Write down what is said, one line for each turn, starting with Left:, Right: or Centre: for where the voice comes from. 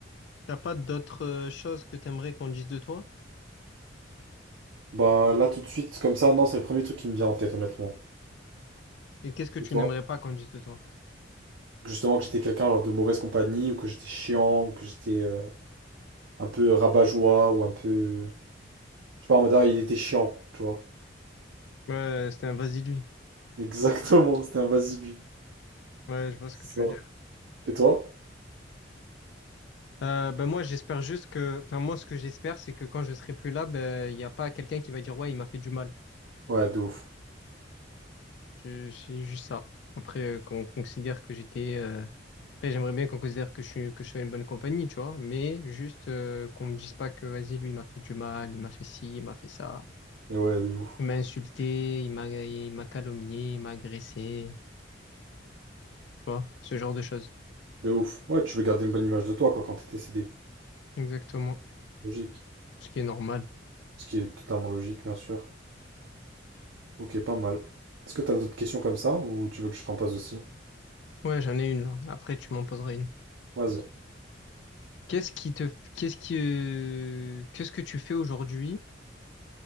Left: T'as pas d'autres euh, choses que t'aimerais qu'on dise de toi?
Right: Bah là, tout de suite, comme ça, non, c'est le premier truc qui me vient en tête, honnêtement.
Left: Et qu'est-ce que tu
Right: Et toi?
Left: n'aimerais pas qu'on dise de toi?
Right: Justement, que j'étais quelqu'un genre, de mauvaise compagnie, ou que j'étais chiant, ou que j'étais euh, un peu rabat-joie, ou un peu... Je sais pas, en mode, ah, il était chiant, tu vois.
Left: Ouais, c'était un vas-y lui.
Right: Exactement, c'était un vas-y, lui.
Left: Ouais, je vois ce
Right: C'est
Left: que tu
Right: ça.
Left: veux dire.
Right: Et toi?
Left: Euh, ben moi, j'espère juste que, enfin moi, ce que j'espère, c'est que quand je serai plus là, ben il n'y a pas quelqu'un qui va dire ouais, il m'a fait du mal.
Right: Ouais, de ouf.
Left: Je, c'est juste ça. Après, euh, qu'on considère que j'étais. euh, Après, j'aimerais bien qu'on considère que je suis, que je suis dans une bonne compagnie, tu vois. Mais juste euh, qu'on me dise pas que, vas-y, lui, il m'a fait du mal, il m'a fait ci, il m'a fait ça.
Right: Et ouais, de ouf.
Left: Il m'a insulté, il m'a, il m'a calomnié, il m'a agressé. Tu vois, ce genre de choses.
Right: De ouf. Ouais, tu veux garder une bonne image de toi, quoi, quand t'es décédé.
Left: Exactement.
Right: Logique.
Left: Ce qui est normal.
Right: Ce qui est totalement logique, bien sûr. Ok, pas mal. Est-ce que t'as d'autres questions comme ça, ou tu veux que je t'en pose aussi?
Left: Ouais, j'en ai une là. Après, tu m'en poseras une.
Right: Vas-y.
Left: Qu'est-ce qui te, qu'est-ce qui, euh, qu'est-ce que tu fais aujourd'hui